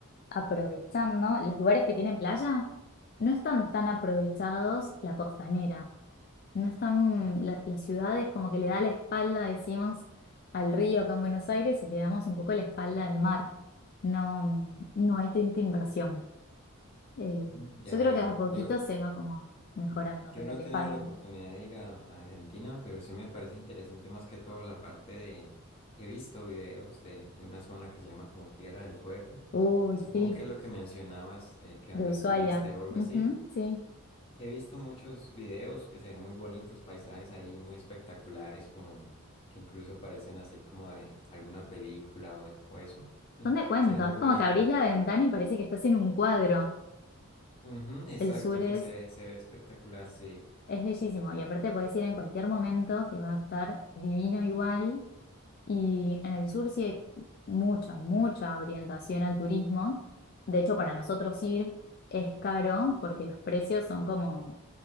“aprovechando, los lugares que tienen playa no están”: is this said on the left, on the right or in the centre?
Left